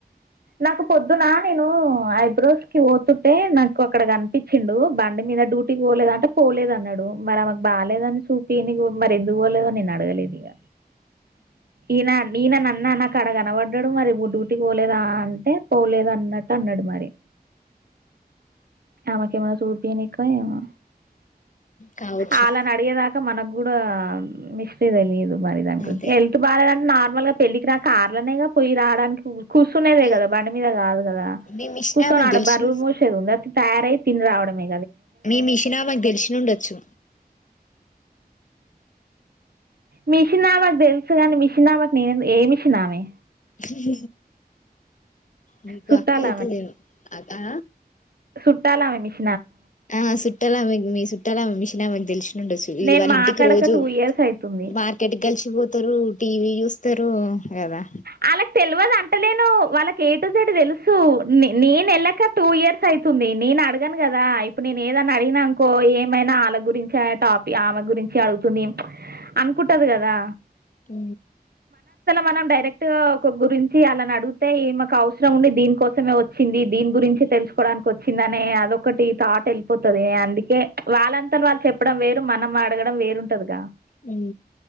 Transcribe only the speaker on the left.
కావచ్చు
అంతే
మీ
మీ మిషన్
ఆమెకు
తెలిసి
మీ మిషిన మాకు తెలిసిినండొచ్చు
జి మీకు
అక్క అయితుదేను అకా
ఆ చుట్టాలమె మీ చుట్టాలమె మిషన్ ఆమెకు తెలిసినండచ్చు
వాళ్ళ
ఇంటికి రోజు
మార్కెట్ కలిసిపోతారు టీవీ చూస్త ఇస్తరు కదా
అ
అ